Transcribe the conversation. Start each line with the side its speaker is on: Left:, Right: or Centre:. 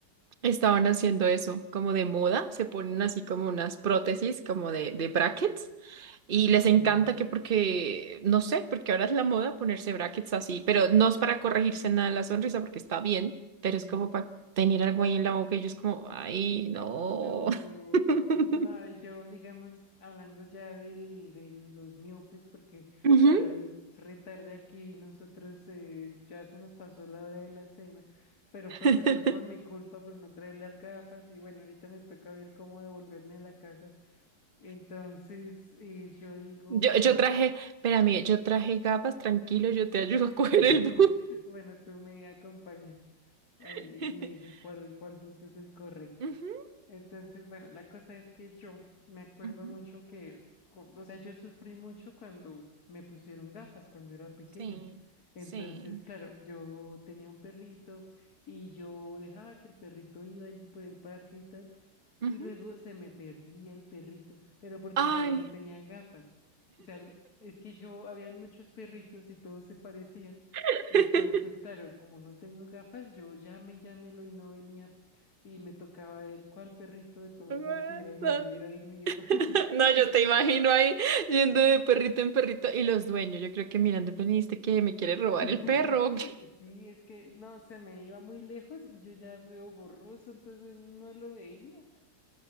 Right: estaban haciendo eso, como de moda, se ponen así como unas prótesis, como de, de brackets. Y les
Left: sí.
Right: encanta que porque, no sé, porque ahora es la moda ponerse brackets así, pero no es para corregirse nada la sonrisa porque está bien, pero
Left: Mm.
Right: es como para tener algo ahí en la boca y yo es como, ay, no.
Left: No,
Right: <laughs>
Left: no, yo digamos, hablando ya del, de los miopes, porque
Right: Ujú.
Left: claro, es re tarde aquí, nosotros eh, ya se nos pasó la hora de la cena, pero
Right: <laughs>
Left: fue pues fue por mi culpa por no traer las gafas y bueno, ahorita me toca ver cómo devolverme a la casa. Entonces eh, yo digo,
Right: Yo,
Left: bueno,
Right: yo traje, espérame, yo traje gafas, tranquilo, yo te ayudo a coger
Left: <laughs>
Right: el bus.
Left: bueno, tú me acompañas ahí
Right: <laughs>
Left: y me dices cuál, cuál bus es el correcto.
Right: Ujú,
Left: Entonces, bueno, la cosa es que yo me acuerdo
Right: ujú,
Left: mucho que, cu- o sea, yo sufrí mucho cuando me pusieron gafas, cuando era pequeño.
Right: Sí,
Left: Entonces,
Right: sí.
Left: claro, yo tenía un perrito y yo dejaba que el perrito iba allí por el parque y tal
Right: ujú.
Left: y luego se me perdía el perrito, pero porque
Right: Ay.
Left: yo no tenía gafas. O sea, es que yo, habían muchos perritos y todos se parecían.
Right: <laughs>
Left: Entonces, claro, como no tengo gafas, yo llame, llámelo y no venía. Y me tocaba ver cuál perrito de todos
Right: <laughs>
Left: los que eran ahí era el mío. <laughs>
Right: No, yo
Left: Porque
Right: te imagino ahí yendo de perrito en perrito y los dueños, yo creo que mirando, veniste que me quiere
Left: <laughs>
Right: robar el perro. <laughs> o qué?".
Left: sí, es que no, se me iba muy lejos y yo ya veo borroso, entonces no lo veía.